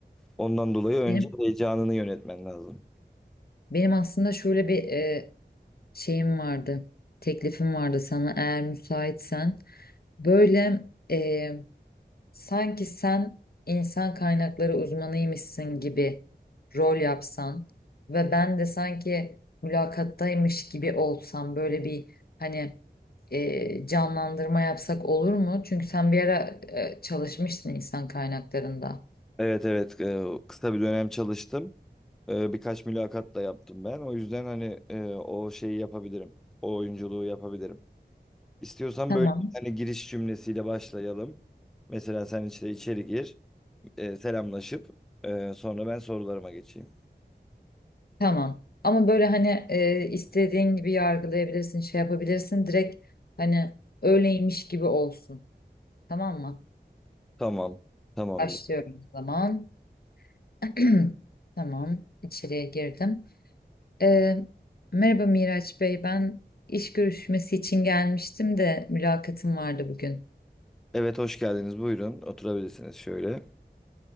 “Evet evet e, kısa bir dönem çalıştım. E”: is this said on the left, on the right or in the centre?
Centre